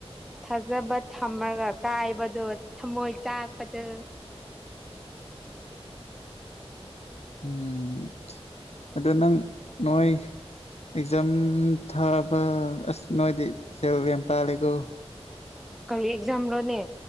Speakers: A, in the centre; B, on the left.
A: ꯊꯥꯖꯕ ꯊꯝꯃꯒ ꯀꯥꯏꯕꯗꯣ ꯊꯝꯃꯣꯏ ꯆꯥꯛꯄꯗꯣ
B: ꯎꯝ ꯑꯗꯨ ꯅꯪ ꯅꯣꯏ ꯑꯦꯛꯖꯥꯝ ꯊꯥꯕ ꯑꯁ ꯅꯣꯏꯗꯤ ꯁꯦꯜ ꯌꯥꯝ ꯇꯥꯜꯂꯦꯀꯣ
A: ꯀꯔꯤ ꯑꯦꯛꯖꯝ ꯔꯣ ꯅꯦ